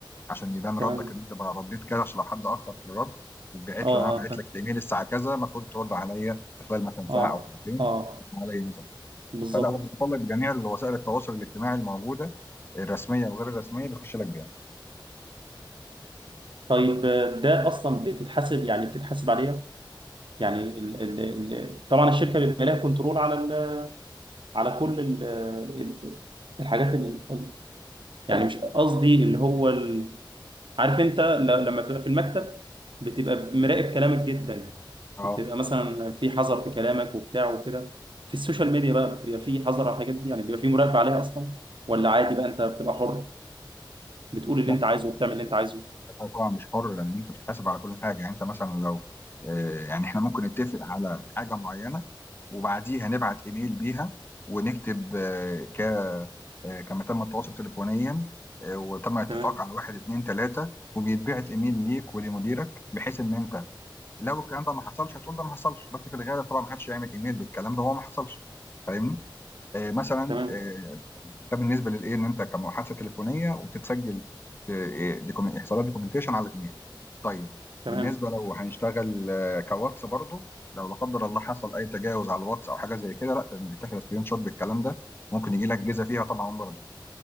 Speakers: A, on the left; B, on the right.
A: عشان يبان
B: تمام
A: ردك ان انت بقى رديت كذا عشان لو حد اخر في الرد يتبعت
B: اه
A: له انا بعت
B: اه تمام.
A: لك الايميل الساعه كذا المفروض ترد عليا في خلال مثلا
B: اه
A: ساعه او ساعتين
B: اه
A: عليا مثلا
B: بالظبط
A: فلا هو بيوصل لك بجميع وسائل التواصل الاجتماعي الموجوده الرسميه وغير الرسميه بيخش لك بيها
B: طيب آه، ده اصلا بتتحاسب يعني بتتحاسب عليها يعني ال ال ال طبعا الشركه بيبقى لها كنترول على ال على كل ال ال الحاجات ال يعني مش قصدي اللي هو ال عارف انت ل- لما بتبقى في المكتب بتبقى مراقب كلامك جدا
A: اه
B: وبتبقى مثلا في حذر في كلامك وبتاع وكده في السوشيال ميديا بقى بيبقى في حذر على الحاجات دي يعني بيبقى في مراقبه عليها اصلا ولا عادي بقى انت بتبقى حر بتقول اللي
A: لا
B: انت عايزه وبتعمل اللي انت عايزه
A: أنت طبعا مش حر لان انت بتتحاسب على كل حاجه يعني انت مثلا لو آه، يعني احنا ممكن نتفق على حاجه معينه وبعديها نبعت ايميل بيها ونكتب آه، ك آه، كما تم التواصل تليفونيا آه، وتم الاتفاق
B: تمام
A: على واحد اتنين تلاته وبيتبعت ايميل ليك ولمديرك بحيث ان انت لو الكلام ده ما حصلش هتقول ده ما حصلش بس في الغالب طبعا ما حدش هيعمل ايميل بالكلام ده هو ما حصلش فاهمني؟ آه، مثلا
B: تمام
A: آه، ده بالنسبه للايه ان انت كمحادثه تليفونيه وبتتسجل آه، دوكيوم- يحصل لها دوكيومنتيشن على الايميل طيب
B: تمام
A: بالنسبه لو هنشتغل آه، كواتس برضو لو لا قدر الله حصل اي تجاوز على الواتس او حاجه زي كده لا ده بتاخد سكرين شوت بالكلام ده ممكن يجي لك جيزه فيها طبعا برضو